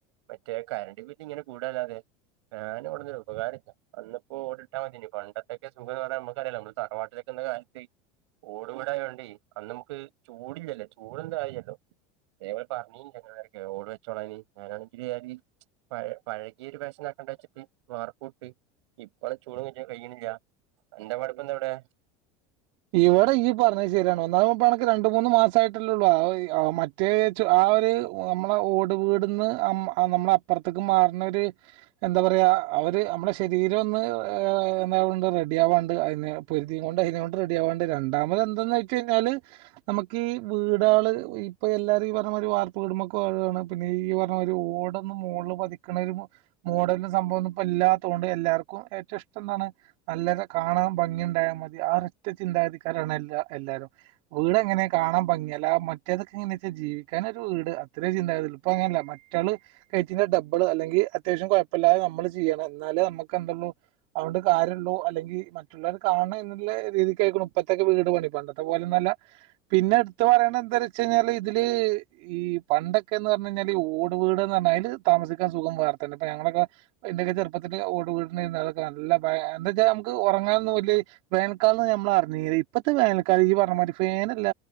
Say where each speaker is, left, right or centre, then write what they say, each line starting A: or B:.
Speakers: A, on the right; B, on the right.
A: മറ്റേ കരണ്ട് ബില്ലിങ്ങ നെ കൂടാല്ലാതെ ഫാന് കൊണ്ടൊന്നും ഉപകാര ഇല്ല, അന്നപ്പോ ഓടിട്ട മതിയായിനു, പണ്ട ക്കെ സുഖംന്ന് പറഞ്ഞാ നമ്മക്കറിയാലോ? നമ്മള് തറവാട്ടിലൊക്കെ നിന്ന കാലത്ത് ഓടുപുര ആയോണ്ടീ അന്ന് നമുക്ക് ചൂടില്ലല്ലോ? ചൂട്ന്തായിലോ ദേ ഇവടെ പറഞ്ഞിനാരൊക്കെയൊ ഓട് വെച്ചോളാനീ, ഞാനാണെങ്കില് കരുതി പഴ പഴയകീയ ഒരു ഫാഷൻ ആക്കാൻ <unintelligible> വാർപ്പും ഇട്ടു. ഇപ്പളെ ചൂട്ന്ന് ച്ചാ കഴിയണില്ല. ഇന്റെ പഠിപ്പെന്താ ഇവിടെ
B: ഇവിടെ ഇയ്യ് പറഞ്ഞത് ശരിയാണ്, ഒന്നാവുമ്പോ ഇപ്പോ നിനക്കു രണ്ടു മൂന്ന് മാസ ആയിട്ടല്ലേള്ളൂ. <unintelligible> പ്രത്യേകിച്ച് ആ ഒരു നമ്മളെ ഓടും ഇവ്ടുന്നു നമ്മ നമ്മളപ്പുറത്തേക്ക് മാറുന്ന ഒരു എന്താ പറയാ ആ ഒരു നമ്മുടെ ശരീരം ഒന്ന് <unintelligible> റെഡി ആവാണ്ട് അതിന് ധൃതിയും കൊണ്ട് അതിനെയും കൊണ്ട് റെഡി ആവാണ്ട് രണ്ടാമത് എന്താന്ന് വെച്ച് കഴിഞ്ഞാല് നമുക്ക് വീടാള് ഇപ്പൊ എല്ലാരും ഈ പറഞ്ഞ മാതിരി വാ ക്ക വീടുമേക്ക് മാറുവാണ് പിന്നെ ഈ പറഞ്ഞ മാതിരി ഓടൊന്നും മുകള് പതിക്കണ ഒരു മോഡലിന് സംഭവം ഒന്നും ഇപ്പോ ഇ ല്ലാത്തോണ്ട് എല്ലാവർക്കും ഏറ്റവും ഇഷ്ടം എന്താണ് നല്ല പോലെ കാണാൻ ഭംഗി ഉണ്ടായാൽ മതി ആ ഒരൊറ്റ ചിന്താഗതിക്കാരാണ് എല്ല എല്ലാരും വീട് എങ്ങനെയാ കാണാൻ ഭംഗി അല്ലാതെ മറ്റേതൊക്കെ യെന്ന് വെച്ചാ ജീവിക്കാനൊരു വീട് അത്രയേ ചിന്താഗതിയുള്ളു ഇപ്പം അങ്ങനയല്ല മറ്റാള് കയറ്റിയേന്റെ ഡബിള് അല്ലെങ്കിൽ അത്യാ വശ്യം കുഴപ്പില്ലാതെ നമ്മള് ചെയ്യണം എന്നാലേ നമുക്ക് എന്തുള്ളൂ അതുകൊണ്ട് കാര്യവുള്ളൂ അല്ലെങ്കിൽ മറ്റുള്ളവര് കാണണം എന്നുള്ള രീതിക്കായിക്കണു ഇപ്പത്തെയൊക്കെ വീട് പണി പണ്ടത്തെ പോലൊന്നുമല്ല പിന്നെ എടുത്ത് പറയണ്ടത് എന്താന്ന് വച്ചാൽ കഴിഞ്ഞാല് ഇതില് ഈ പണ്ടൊക്കെയെന്ന് പറഞ്ഞ് കഴിഞ്ഞാല് ഈ ഓട് വീട് എന്ന് പറഞ്ഞാല് അതില് തമസിക്കാൻ സുഖം വേറെ തന്നെയാ ഇപ്പോ ഞങ്ങളൊക്കെ എന്റെയൊക്കെ ചെറുപ്പത്തില് ഓട് വീട് <unintelligible> എന്താ വച്ചാ നമക്ക് ഉറങ്ങാൻ <unintelligible> വേനൽ കാലം എന്ന് പറഞ്ഞാൽ നമ്മൾ <unintelligible> ഇപ്പത്തെ വേനക്കലം നീ പറഞ്ഞ മാതിരി ഫാൻ അല്ല